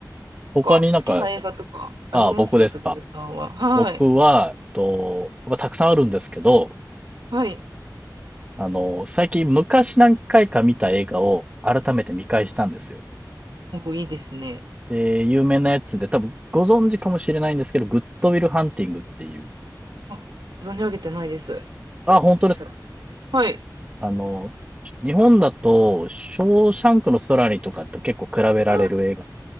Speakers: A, on the right; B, on the right.
A: 他になんか、
B: か、好きな映画とかありますすぐるさんは。
A: ああ、僕ですか。
B: はい。
A: 僕は、えっと、まあ、たくさんあるんですけど、
B: はい。
A: あの、最近昔何回か見た映画を改めて見返したんですよ。
B: お、いいですね。
A: で、有名なやつで、多分ご存知かもしれないんですけど、グッドウィルハンティングっていう。
B: あ、存じ上げてないです。
A: あ、
B: ちょっと検索して。
A: 本当です
B: はい。
A: あの、日本だと、ショーシャンクの空にとかと結構比べられる映画で、
B: あ、